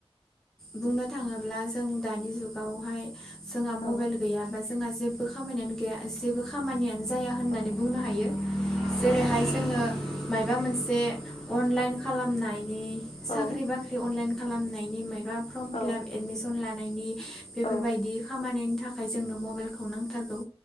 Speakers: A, in the centre; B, on the left (about 70°).
A: बुंनो थाङोब्ला जों दानि जुगावहाय जोंहा मबाइल
B: औ
A: गैयाबा जोंहा जेबो खामानियानो गैया जेबो खामानियानो जाया होननानै
B: औ
A: बुंनो हायो। जेरैहाय जोङो माबा मोनसे अनलाइन खालामनाइ साक्रि
B: औ
A: बाक्रि अनलाइन खालामनायनि माइबा प्रमफिलाब
B: औ
A: एडमिशन लानायनि बेफोरबायदि
B: औ
A: खामानिनि थाखाय जोंनो मबाइलखौ नांथारगौ।